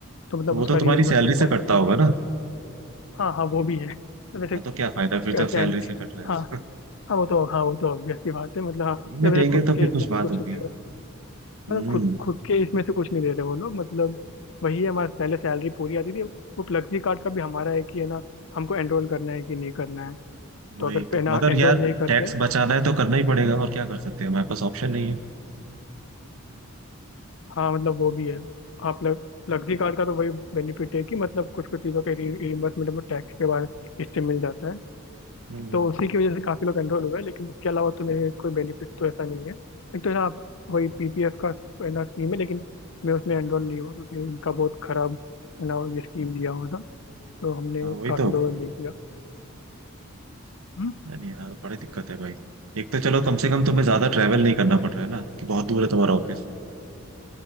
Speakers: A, on the left; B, on the right.
A: तो मतलब
B: तो वो
A: उसका
B: तो तुम्हारी
A: रिएम्बर्समेंट
B: सैलरी से
A: टाइप
B: कटता
A: होता
B: होगा
A: है
B: ना
A: हाँ हाँ वो भी है <laughs> तो वैसे
B: हाँ तो क्या फायदा फिर
A: कैंटीन
B: जब सैलरी से कट रहा
A: हाँ
B: है <laughs>
A: हाँ वो तो हाँ वो तो ऑब्वियस सी बात है मतलब हाँ मतलब
B: फ्री में देंगे
A: ऐसे खुद
B: तो
A: के
B: फिर
A: इससे
B: कुछ बात
A: कुछ
B: होगी
A: नहीं दे रहे
B: हम्म
A: मतलब खुद खुद के इसमें से कुछ नहीं दे रहे वो लोग मतलब वही है हमारा पहले सैलरी पूरी आती थी वो फ्लेक्सी कार्ड का भी हमारा है कि है ना हमको एनरोल करना है कि नहीं करना है
B: वही
A: तो अगर पे
B: तो
A: ना
B: मगर
A: एनरोल
B: यार
A: नहीं करते
B: टैक्स बचाना है तो करना ही पड़ेगा और क्या कर सकते हैं हमारे पास ऑप्शन नहीं है
A: हाँ मतलब वो भी है हाँ प्लग फ्लेक्सी कार्ड का तो वही बेनिफिट है कि मतलब कुछ कुछ चीज़ों के रिइम्बर्समेंट में टैक्स के बाद इससे मिल जाता है
B: हम्म
A: तो उसी की वजह से काफ़ी लोग एनरोल हुए लेकिन उसके अलावा तो मेरे कोई बेनिफिट तो ऐसा नहीं है एक तो है ना वही पीपीएफ का है ना स्कीम है लेकिन मैं उसमें एनरोल नहीं हुआ क्योंकि इनका बहुत खराब है ना ये स्कीम दिया हुआ था तो हमने
B: हाँ वही
A: काफ़ी
B: तो
A: लोगों ने नहीं किया हम्म
B: अरे यार बड़ी दिक्कत है भाई एक तो चलो कम से कम तुम्हें ज्यादा ट्रैवल नहीं करना पड़ रहा है ना कि बहुत दूर है तुम्हारा ऑफिस